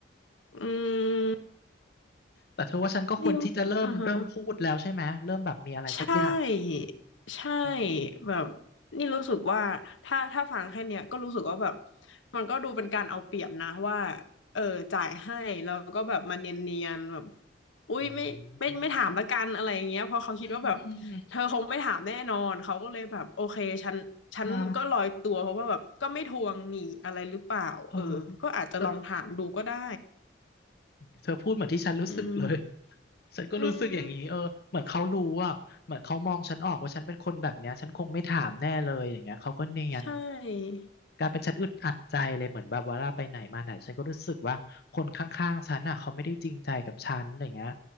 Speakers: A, on the left; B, on the left.
A: อืม
B: แต่เธอว่าฉันก็ควรที่จะเริ่มเริ่มพูดแล้วใช่ไหมเริ่มแบบมีอะไรสักอย่าง
A: นี่อ่าฮะ ใช่ใช่
B: อืม
A: แบบนี่รู้สึกว่าถ้าถ้าฟังแค่เนี้ยก็รู้สึกว่าแบบมันก็ดูเป็นการเอาเปรียบนะว่าเออจ่ายให้แล้วก็แบบมันเนียนๆแบบอุ้ยไม่ไม่ไม่ถามละกันอะไรอย่างเงี้ยเพราะเขาคิดว่าแบบ
B: อืมอืม
A: เธอคงไม่ถามแน่นอนเขาก็เลยแบบโอเคฉันฉันก็ลอยตัวเพราะว่าแบบก็ไม่ทวงหนี่อะไรหรือเปล่าเออก็อาจจะลองถามดูก็ได้
B: ใช่เออเธอเธอพูดเหมือนที่ฉันรู้สึกเลย
A: อืม
B: <laughs> ฉันก็รู้สึกอย่างนี้เออเหมือนเขารู้อ่ะเหมือนเขามองฉันออกว่าฉันเป็นคนแบบเนี้ยฉันคงไม่ถามแน่เลยอย่างเงี้ยเขาก็เนียน
A: อืมใช่
B: กลายเป็นฉันอึดอัดใจเลยเหมือนแบบเวลาไปไหนมาไหนฉันก็รู้สึกว่าคนข้างๆฉันอ่ะเขาไม่ได้จริงใจกับฉันอย่างเงี้ย